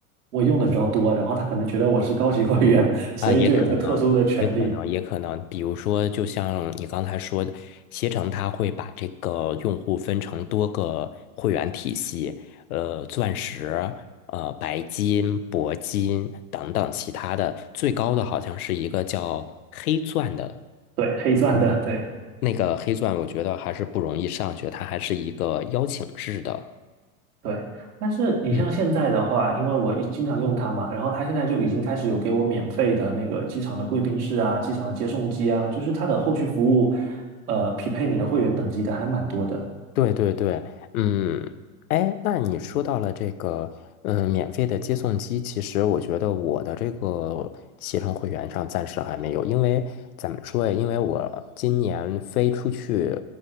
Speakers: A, on the right; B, on the left.
A: 我用的比较多，然后他可能觉得我是高级会员，<laughs> 所以就有一个特殊的权利，
B: 啊，也可能，也可能，也可能。比如说，就像你刚才说的，携程它会把这个用户分成多个会员体系，呃，钻石、呃，白金、铂金等等其他的，最高的好像是一个叫黑钻的。
A: 对，黑钻的，对
B: 那个黑钻，我觉得还是不容易上去，它还是一个邀请制的。
A: 对。但是你像现在的话，
B: 嗯，
A: 因为我一经常用它嘛，然后它现在就已经开始有给我免费的那个机场的贵宾室啊、机场的接送机啊，就是它的后续服务，呃，匹配你的会员等级的还蛮多的。
B: 对对对，嗯，哎，那你说到了这个，嗯，免费的接送机，其实我觉得我的这个携程会员上暂时还没有，因为怎么说呀？因为我今年飞出去